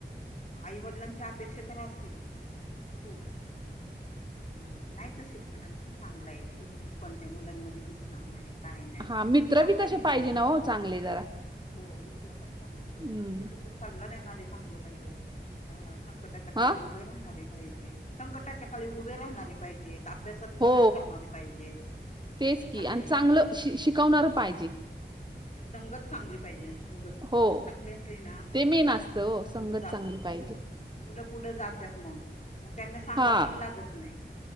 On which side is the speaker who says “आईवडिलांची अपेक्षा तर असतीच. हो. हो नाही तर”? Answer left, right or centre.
Left